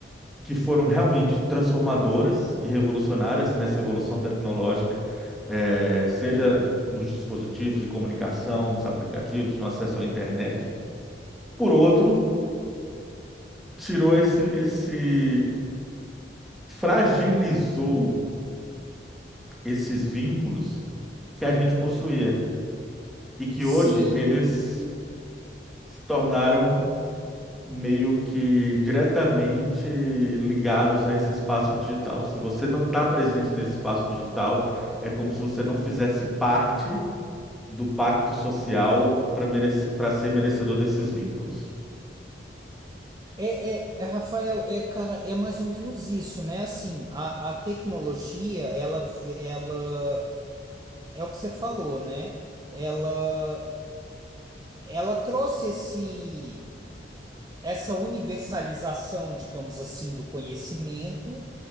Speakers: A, in the centre; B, on the right.
A: que foram realmente transformadoras e revolucionárias nessa evolução tecnológica, eh, seja nos dispositivos de comunicação, nos aplicativos, no acesso à internet. Por outro, tirou esse, esse fragilizou esses vínculos que a gente possuía e que
B: Sim,
A: hoje eles se tornaram meio que diretamente ligados a esse espaço digital. Se você não está presente nesse espaço digital, é como se você não fizesse parte do pacto social para merecer, para ser merecedor desses vínculos.
B: É, é, é, Rafael, é, cara, é mais ou menos isso, né? Assim, a, a tecnologia, ela, ela, é o que você falou, né? Ela, ela trouxe esse, essa universalização, digamos assim, do conhecimento,